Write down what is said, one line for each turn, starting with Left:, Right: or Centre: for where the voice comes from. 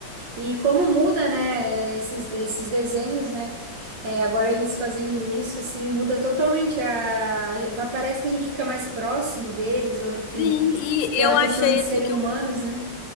Right: E como muda, né, esses, esses desenhos, né? É, agora eles fazendo isso, assim, muda totalmente a... pa- Parece que a gente fica mais próximo deles, ou enfim,
Left: Sim, e
Right: pela
Left: eu achei
Right: questão de serem
Left: assim que
Right: humanos,
Left: o.
Right: né?